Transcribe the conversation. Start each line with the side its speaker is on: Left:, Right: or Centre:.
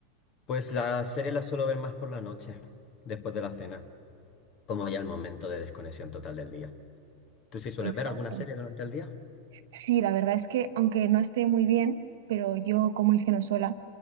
Left: Pues las series las suelo ver más por la noche, después de la cena, como ya el momento de desconexión total del día. ¿Tú sí sueles
Right: Exacto.
Left: ver alguna serie durante el día?
Right: Sí, la verdad es que aunque no esté muy bien, pero yo como hice no sola,